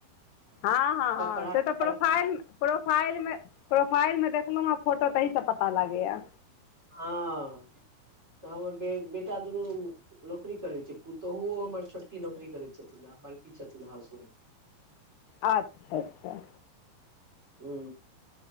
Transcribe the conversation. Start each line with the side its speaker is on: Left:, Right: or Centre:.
Left: हँ हँ हँ
Right: पढ़ाइ
Left: से
Right: लिखाइ
Left: तऽ प्रोफाइल प्रोफाइलमे प्रोफाइलमे देखलहुँ हेँ फोटो तहीसँ पता लागैए
Right: हँ तऽ हमर बे बेटा दुनू नौकरी करै छै पुतोहुओ हमर छोटकी नौकरी करैत छथिन आ बड़की छथिन हाउसवाइफ
Left: आच्छा अच्छा
Right: ह